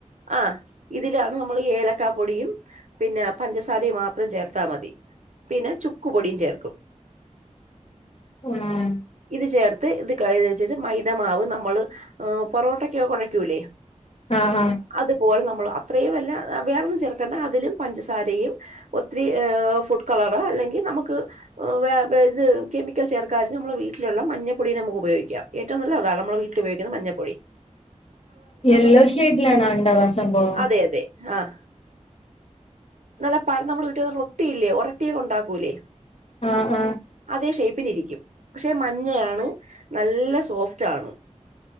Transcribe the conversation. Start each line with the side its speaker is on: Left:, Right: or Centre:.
Right: ആഹ ഇതിലാണ് നമ്മൾ ഏലക്കാ പൊടിയും പിന്നെ പഞ്ചസാരയും മാത്രം ചേർത്താൽ മതി പിന്നെ ചുക്ക് പൊടിയും ചേർക്കും
Left: ആഹ
Right: ഇത് ചേർത്ത് ഇത് കത് വെച്ചിട്ട് മൈദമാവ് നമ്മൾ പൊറോട്ടക്കോ കുഴയ്ക്കൂല്ലേ
Left: ആഹ ആഹ
Right: അതുപോലെ നമ്മൾ അത്രയും വല്ല വേറെന്നും ചേർക്കേണ്ട അതിലും പഞ്ചസാരയും ഒത്തിരി ഫുഡ് കളറ അല്ലെങ്കിൽ നമുക്ക് ആഹാ വേ വേ ഇത് കെമിക്കൽ ചേർക്കാും നമ്മളുടെ വീട്ടിലുള്ള മഞ്ഞപ്പൊടീ നമുക്ക് ഉപയോഗിക്കാ ഏറ്റോ നല്ലാ അതാണ് മ്മള വീട്ടിലുപയോഗിക്കണ മഞ്ഞൾപ്പൊടി.
Left: യെല്ലോ ഷെയ്ഡിലാണോ ണ്ടാവാ സംഭവം.
Right: തെ അതെ ആഹ് നല്ല പരന്നമ്മളെ വീട്ടിലൊള്ള റോട്ടിയില്ലേ ഒറട്ടിയൊക്കെ ണ്ടാക്കൂലേ.
Left: ആഹ് ആഹ്.
Right: അതേ ഷേ്പ്പിനിരിക്കും പക്ഷെ മഞ്ഞയാണ് നല്ല സോഫ്റ്റ് ആണ്.